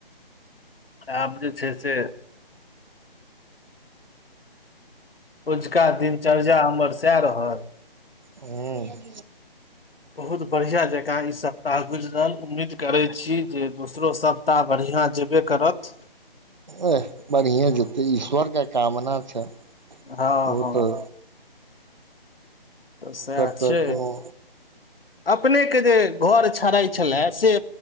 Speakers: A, on the left; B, on the right.
A: आब जे छै से। अझुका दिनचर्या हमर सएह रहल।
B: हूँ।
A: बहुत बढ़िया जकाँ ई सप्ताह गुजरल उम्मीद करे छी जे दोसरो सब ता बढ़िआं जेबे करत।
B: एह बढ़िए जेतै ईश्वर के कामना छै।
A: हँ
B: ओ
A: हँ।
B: तऽ
A: तऽ सएह
B: ओकर
A: छै।
B: तऽ कोनो
A: अपनेके जे घर छड़ाै छलय से